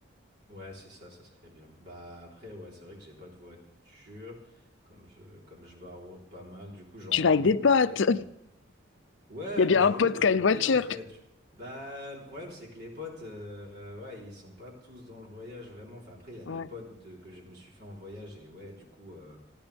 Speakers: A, on the right; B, on the left.
A: Ouais, c'est ça, ça serait bien. Bah après, ouais, c'est vrai que j'ai pas de voiture, comme je, comme je baraude pas mal, du coup j'en
B: tu
A: loue
B: vas avec des potes.
A: en fait. Ouais,
B: Il y a
A: mais
B: bien
A: j'en
B: un pote
A: loue dans
B: qui
A: les
B: a une
A: pays
B: voiture.
A: en fait. Bah, le problème, c'est que les potes, euh, euh, ouais, ils sont pas tous dans le voyage vraiment. Enfin, après, il y a
B: Ouais,
A: des potes euh, que je me suis fait en voyage et ouais, du coup, euh,